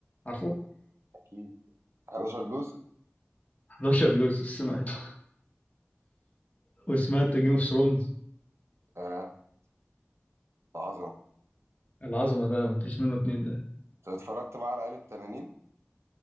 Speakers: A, on the left; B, on the right.
A: عارفه <laughs>
B: أكيد 11 جزء
A: 11 جزء سمعته وسمعت جيم اوف ثرونز
B: آه عظمة
A: العظمة ده مفيش منه اتنين ده
B: طب اتفرجت بقى على آلة تنانين؟